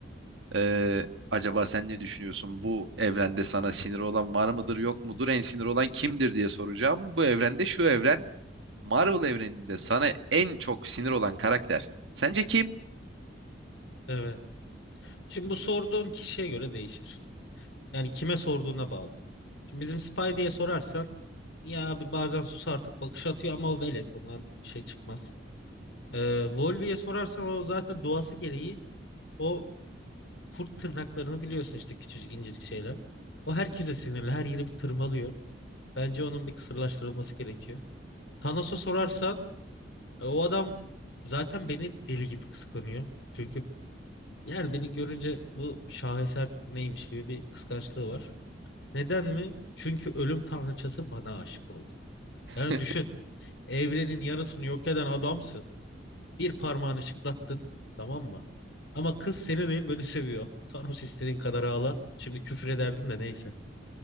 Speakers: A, on the right; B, on the left.
A: E, acaba sen ne düşünüyorsun? Bu evrende sana sinir olan var mıdır yok mudur? En sinir olan kimdir diye soracağım. Bu evrende şu evren Marvel evreninde sana en çok sinir olan karakter. Sence kim?
B: Evet. Şimdi bu sorduğun kişiye göre değişir. Yani kime sorduğuna bağlı. Şimdi bizim Spy diye sorarsan ya abi bazen sus artık bakış atıyor ama o velet ondan bir şey çıkmaz. Ee, Volvi'ye sorarsan o zaten doğası gereği o kurt tırnaklarını biliyorsun işte küçücük incecik şeyler. O herkese sinirli her yeri bir tırmalıyor. Bence onun bir kısırlaştırılması gerekiyor. Thanos'a sorarsan e, o adam zaten beni deli gibi kıskanıyor. Çünkü yani beni görünce bu şaheser neymiş gibi bir kıskançlığı var. Neden mi? Çünkü ölüm tanrıçası bana aşık oldu. Yani
A: <laughs>
B: düşün Evrenin yarısını yok eden adamsın. Bir parmağını şıklattın. Tamam mı? Ama kız seni değil beni seviyor. Thanos istediğin kadar ağla. Şimdi küfür ederdim de neyse.